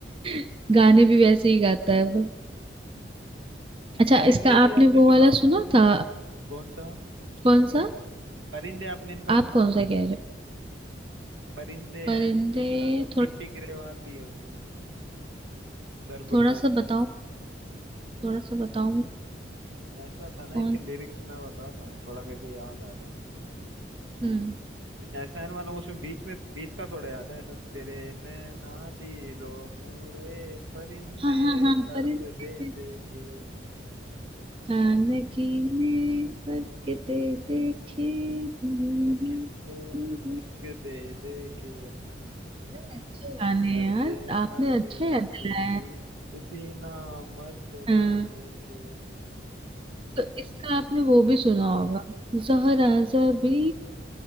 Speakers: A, on the right; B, on the right.
A: <laughs> गाने भी वैसे ही गाता है वो अच्छा
B: परिंदे
A: इसका आपने
B: भी आपने
A: वो
B: सुना
A: वाला
B: होगा
A: सुना था
B: कौन सा
A: कौन सा
B: परिंदे आपने इनका
A: आप
B: सुना
A: कौन
B: होगा
A: सा कह रहे हो
B: परिंदे
A: परिंदे
B: हैं तीतरा का
A: थो,
B: गिप्पी गिरेवाल भी है उसमें सरगुन
A: थोड़ा
B: मेहता
A: सा बताओ
B: हम्म,
A: थोड़ा सा बताओ मुझे
B: ऐसा था ना
A: कौन
B: इसके लिरिक्स मैं बताता हूँ थोड़ा मेरे को याद आ रहे हैं
A: हम्म
B: हम्म। ऐसा है ना मतलब उसमें बीच में बीच का थोड़ा याद है ऐसा तेरे नैना दिलो मूरे परिंदे
A: हाँ हाँ हाँ
B: तड़प
A: परिंदे
B: दे देखे
A: हाँ नगीने पर के ते देखे हम्म,
B: मैं
A: हम्म,
B: किससे
A: हम्म, हम्म।
B: इश्क दे देखे
A: अरे अच्छे गाने
B: के मर्दे
A: हैं यार आपने
B: मर्दे
A: अच्छा याद
B: आशिक
A: दिलाया
B: भी
A: है
B: खुशी ना मर तेरे
A: हाँ
B: देखे
A: तो इसका आपने वो भी सुना होगा जहरा जबी